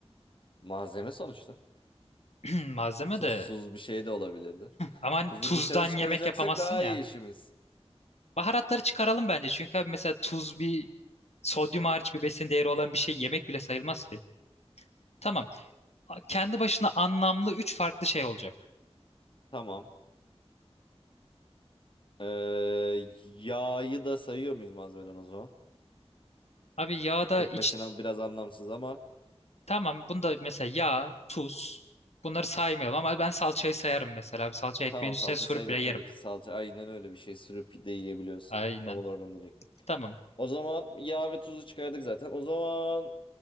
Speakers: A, on the left; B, on the left.
A: Malzeme sonuçta.
B: <clears throat> Malzeme
A: Tuzsuz
B: de.
A: bir şey de olabilirdi.
B: Ama hani
A: Tuzu
B: tuzdan
A: dışarı çıkaracaksak
B: yemek yapamazsın
A: daha
B: ya.
A: iyi işimiz.
B: Baharatları çıkaralım bence. Çünkü abi mesela tuz bir sodyum hariç bir besin değeri olan bir şey yemek bile sayılmaz ki. Tamam. A- Kendi başına anlamlı üç farklı şey olacak.
A: Tamam. Ee, yağı da sayıyor muyuz malzemeden o zaman?
B: Abi yağda
A: Tek
B: iç...
A: başına biraz anlamsız ama
B: Tamam bunda mesela yağ, tuz bunları saymayalım ama ben salçayı sayarım mesela. Abi salça ekmeğin
A: Tamam
B: üstüne
A: salça
B: sürüp
A: sayılır
B: bile
A: tabii
B: yerim.
A: ki salça aynen öyle bir şey sürüp de yiyebiliyorsun.
B: Aynen.
A: Tam olarak onu diyecektim.
B: Tamam.
A: O zaman yağ ve tuzu çıkardık zaten. O zaman